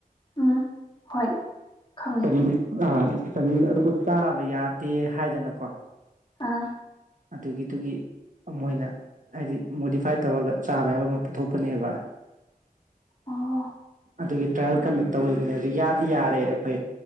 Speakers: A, on the left; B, on the right.
A: ꯎꯝ ꯍꯣꯏ ꯈꯪꯉꯦ
B: ꯑꯥ <unintelligible> ꯑꯗꯨꯒ ꯆꯥꯕ ꯌꯥꯗꯦ ꯍꯥꯏꯗꯅꯀꯣ
A: ꯑꯥ
B: ꯑꯗꯨꯒꯤꯗꯨꯒꯤ ꯃꯣꯏꯅ ꯍꯥꯏꯗꯤ ꯃꯣꯗꯤꯐꯥꯏ ꯇꯧꯔꯒ ꯆꯥꯕ ꯌꯥꯕ ꯑꯃ ꯄꯨꯊꯣꯛꯄꯅꯦꯕ
A: ꯑꯥ
B: ꯑꯗꯨꯒꯤ ꯇ꯭ꯔꯥꯏꯌꯦꯜ ꯀꯟꯅ ꯇꯧꯔꯤꯕꯅꯦ ꯑꯗꯨ ꯌꯥꯗꯤ ꯌꯥꯔꯦ ꯑꯩꯈꯣꯏ